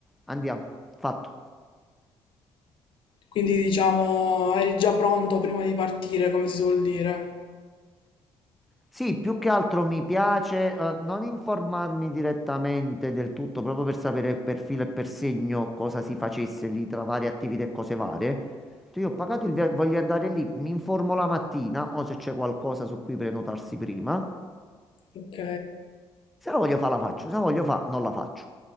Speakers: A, in the centre; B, on the left (about 60°).
A: Andiamo, fatto.
B: Quindi diciamo eri già pronto prima di partire, come si suol dire.
A: Sì, più che altro mi piace eh, non informarmi direttamente del tutto, proprio per sapere per filo e per segno cosa si facesse lì tra varie attività e cose varie. Cioè, Io ho pagato il via- voglio andare lì, mi informo la mattina o se c'è qualcosa su cui prenotarsi prima.
B: Ok,
A: Se la voglio fa la faccio, se la voglio fa non la faccio.